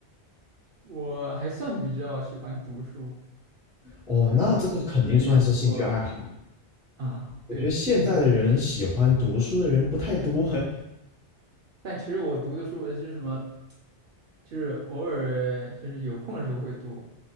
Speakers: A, on the right; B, in the centre.
A: 我还算比较喜欢读书。
B: 哦，
A: 就是其实也读过
B: 那这个肯定算是兴趣爱好呀。
A: 啊，对，
B: 我觉得现在的人喜欢读书的人不太多嘿。
A: 但其实我读的书呃就是什么，就是偶尔就是有空的时候会读，